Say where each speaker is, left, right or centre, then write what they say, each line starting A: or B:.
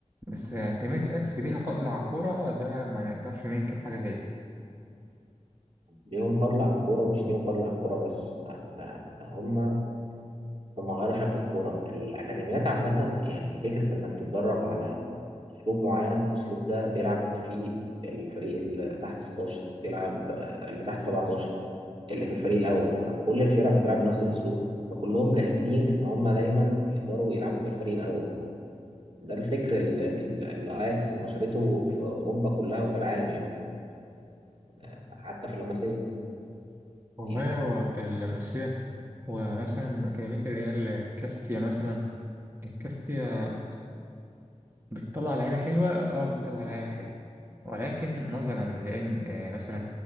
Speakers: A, on the right; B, on the right.
A: بس كلمة الأكس ليها فضل على الكورة ده ما نقدرش ننكر حاجة زي كده
B: ليهم فضل على الكورة مش ليهم فضل على الكورة بس لا لا ده هم هم غيروا شكل الكورة الأكاديميات عامة يعني فكرة إنك تتدرب على أسلوب معين الأسلوب ده بيلعب فيه الفريق اللي تحت 16 بيلعب آه، اللي تحت 17 اللي في الفريق الأول فكل الفرق بتلعب بنفس الأسلوب فكلهم جاهزين إن هم دايما يقدروا يلعبوا في الفريق الأول ده الفكر ال- ال- اللي اياكس نشرته في اوروبا كلها وفي العالم يمكن آه، حتى في لاماسيا
A: والله
B: يعني
A: هو اللمسية ومثلا كلمة الريال كاستيا مثلا الكاستيا بتطلع لعيبة حلوة اه بتطلع لعيبة حلوة ولكن نظرا لأن آه، مثلا